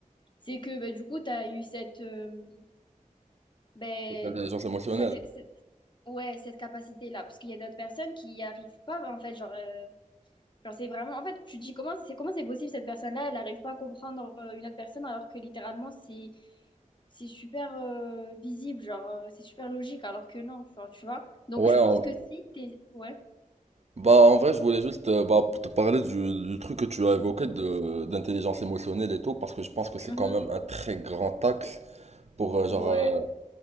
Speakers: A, on the left; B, on the right.
A: c'est que ben, du coup, t'as eu cette, euh, ben,
B: cette intelligence émotionnelle.
A: ça t'est- c'est- ouais, cette capacité-là. Parce qu'il y a d'autres personnes qui n'y arrivent pas, en fait, genre, euh, Genre, c'est vraiment. En fait, tu te dis comment c'est comment c'est possible cette personne-là, elle n'arrive pas à comprendre euh, une autre personne alors que littéralement c'est c'est super euh, visible, genre euh, c'est super logique alors que non, genre tu vois. Donc
B: Ouais,
A: je pense
B: en-
A: que si t'es ouais,
B: bah en vrai, je voulais juste euh, bah, te parler du, du truc que tu as évoqué de d'intelligence émotionnelle et tout, parce que je pense que c'est
A: Mhm.
B: quand même un très grand axe pour euh, genre
A: ouais,
B: euh,